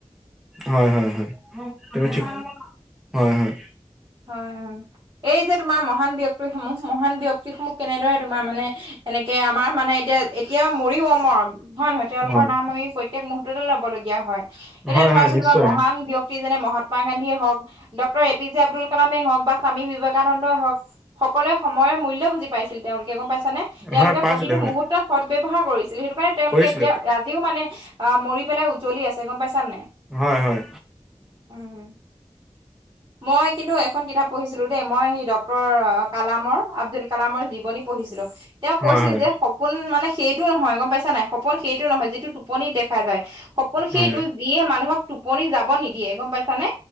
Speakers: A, in the centre; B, on the right.
A: হয় হয় হয় তুমি
B: উম
A: ঠিক হয় হয়
B: হয় হয় এই যে তোমাৰ মহান ব্যক্তিসমূহ মহান ব্যক্তি সমূহ কেনেদৰে তোমাৰ মানে এনেকে আমাৰ মানে এতিয়া এতিয়া মৰিও অমৰ হয় নহয় তেওঁলোকৰ
A: হয়
B: নাম আমি প্ৰত্যেক মুহুৰ্ততে লব লগগীয়া হয় এতিয়া
A: হয়
B: ধৰাছো
A: হয় নিশ্চয়
B: তোমাৰ মহান ব্যক্তি যেনে মহাত্মা গান্ধীয়ে হওক doctor A P J Abdul কালামে হওক বা স্বামী বিবেকানন্দই হওক সকলোৱে সময়ৰ মূল্য বুজি পাইছিল তেওঁলোকে গম পাইছানে তেওঁলোকে
A: হয় পাইছিলে
B: প্ৰতিটো
A: হয়
B: মুহূৰ্তত সদ ব্যৱহাৰ কৰিছিল সেইটো কাৰণে তেওঁলোকে
A: কৰিছিলে
B: এতিয়া আজিও মানে অ মৰি পেলাই উজলি আছে গম পাইছা নে নাই
A: হয় হয়
B: উম মই কিন্তু এখন কিতাপ পঢ়িছিলো দেই মই সেই ডক্তৰ কালামৰ আব্দুল কালামৰ জীৱনী পঢ়িছিলো তেওঁ
A: হয়
B: কৈছিল
A: হয়
B: যে সপোন মানে সেইটো নহয় গম পাইছা নাই সপোন সেইটো নহয় যিটো টোপনি দেখা যায় সপোন সেইটো
A: হয়
B: যিয়ে মানুহক টোপনি যাব নিদিয়ে গম পাইছানে